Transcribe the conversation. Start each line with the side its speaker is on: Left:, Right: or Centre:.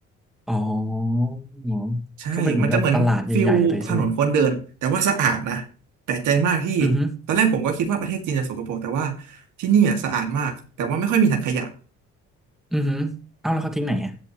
Centre: อ๋อ
Right: ใช่มันจะเหมือนฟิลถนนคนเดินแต่ว่าสะอาดนะแปลกใจมากที่
Centre: ก็เป็นเหมือนกับตลาดใหญ่ๆเลยใช่ไหมอือฮึ
Right: ตอนแรกผมก็คิดว่าประเทศจีนจะสกปรกแต่ว่าที่นี่อะสะอาดมากแต่ว่าไม่ค่อยมีถังขยะ
Centre: อือฮึเอ้าแล้วเขาทิ้งไหนอ่ะ